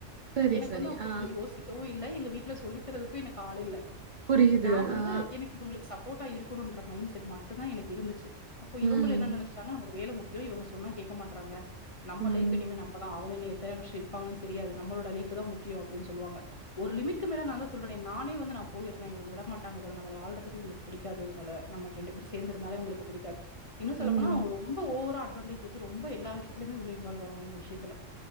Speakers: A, on the right; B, on the left.
A: சரி,
B: எனக்கு
A: சரி.
B: வந்து அப்ப
A: ஆ
B: இவ்ளோ யோசிக்கவு வு இல்ல எங்க வீட்ல சொல்லித் தர்றதுக்கு எனக்கு ஆளு இல்ல
A: புரியுது.
B: நா வந்து
A: ஆ.
B: எனக்கு இவங்களுக்கு சப்போட்டா இருக்கு குனுன்ற மைண் செட் மட்டுந்தா எனக்கு இருந்துச்சி அப்போ இவங்களு
A: ம்.
B: என்னா நெனச்சிட்டாங்க நமக்கு வேல முக் கியொ இவ்ங்க சொன்னா கேக்க மாட்றாங்க நம்ம
A: ம்.
B: லைஃப் இனிமே நம்மதா அவங்க இன்னு எத்தன வர்ஷ இருப்பாங்கன் செரியாது நம்மளோட லைஃபுதா முக்கியொ அப்டீன் சொல்லுவங்க ஒரு லிமிட்க்கு மேல நாந்தா சொல்றனே நானே வந்து நா போயிர்றே இவ்ங்க விட மாட்டாங் க போல நம்மள வாழ்றதுக்கு இவுங்களுக்கு பிடிக்காது இவுங்கள நம்ம ரெண்டு பேர் சேந்திருந்தாலே உங்களுக்கு பிடிக்காத் இன்னு சொல்லப்
A: ம்.
B: போனா அவ்ங்க ரொம் ம்ப ஓவரா அட்வான்டேஜ் எடுத்து ரொம்ப எல்லா விஷயத்தலைமே உள்ள இன்வால்வ் ஆவாங்க இந்த விஷயத்துல